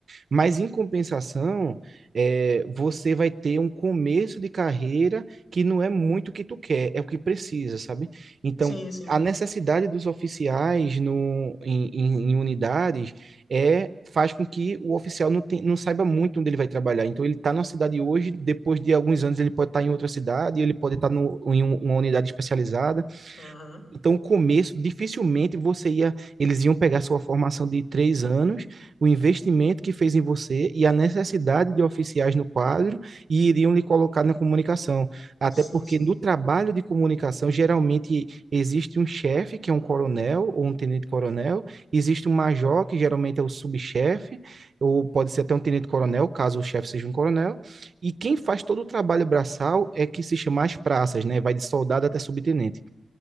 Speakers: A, on the right (about 55°); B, on the left (about 65°).
A: Mas, em compensação, é, você vai ter um começo de carreira que não é muito o que tu quer, é o que precisa, sabe? Então,
B: Sim, sim.
A: a necessidade dos oficiais no, em, em- em unidades é faz com que o oficial não, tem- não saiba muito onde ele vai trabalhar. Então, ele está numa cidade hoje, depois de alguns anos ele pode estar em outra cidade, ele pode estar no, em um- uma unidade especializada.
B: Aham.
A: Então, o começo, dificilmente você ia, eles iam pegar sua formação de três anos, o investimento que fez em você e a necessidade de oficiais no quadro e iriam lhe colocar na comunicação. Até
B: Sim,
A: porque
B: sim.
A: no trabalho de comunicação, geralmente existe um chefe, que é um coronel ou um tenente-coronel, existe um major, que geralmente é o subchefe, ou pode ser até um tenente-coronel, caso o chefe seja um coronel, e quem faz todo o trabalho braçal é que se chama as praças, né? Vai de soldado até subtenente.